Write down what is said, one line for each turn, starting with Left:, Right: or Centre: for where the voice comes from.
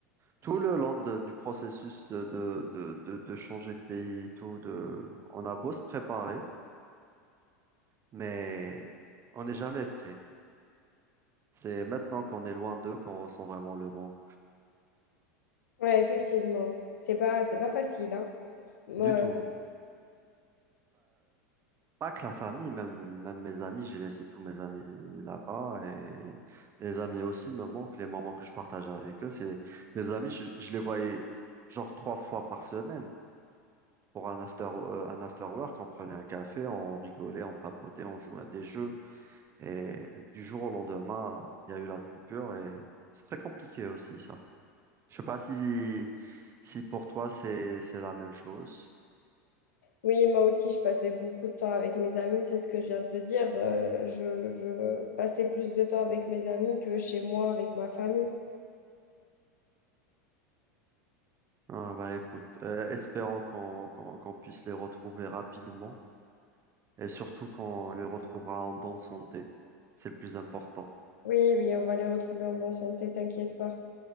Right: tout le long de- du processus de, de, de, de- de changer de pays et tout, de, on a beau se préparer, mais on n'est jamais prêt. C'est maintenant qu'on est loin d'eux qu'on ressent vraiment le manque.
Left: Ouais, effectivement. C'est pas, c'est pas facile, hein. Moi,
Right: Du tout.
Left: euh,
Right: Pas que la famille, même, même mes amis, j'ai laissé tous mes amis là-bas et mes amis aussi me manquent, les moments que je partage avec eux, c'est mes amis, je, je les voyais genre trois fois par semaine pour un after, euh, un after work, on prenait un café, on rigolait, on papotait, on jouait à des jeux et du jour au lendemain, il y a eu la coupure et c'est très compliqué aussi ça. Je sais pas si, si pour toi c'est, c'est la même chose.
Left: oui, moi aussi, je passais beaucoup de temps avec mes amis, c'est ce que je viens de te dire. Euh, je, je passais plus de temps avec mes amis que chez moi, avec ma famille.
Right: Ah, bah écoute, euh, espérons qu'on qu'on qu'on puisse les retrouver rapidement. et surtout qu'on les retrouvera en bonne santé. C'est le plus important.
Left: Oui, oui, on va les retrouver en bonne santé, t'inquiète pas.